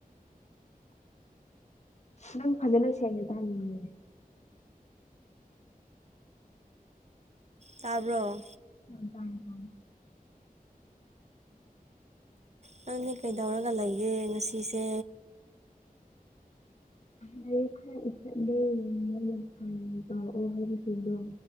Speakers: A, on the left; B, on the right.
A: ꯅꯪ ꯐꯖꯅ ꯁꯦꯡꯅ ꯇꯥꯅꯤꯡꯉꯦ
B: ꯇꯥꯔꯕ
A: ꯎ ꯇꯃꯦ ꯇꯃꯦ
B: ꯅꯪꯅꯦ ꯀꯩꯗꯧꯔꯒ ꯂꯩꯌꯦꯦ ꯉꯁꯤꯁꯦ
A: ꯂꯔꯤ ꯈꯔ ꯏꯊꯠꯂꯦꯀꯑꯣ ꯍꯥꯏꯁꯤꯡꯗꯣ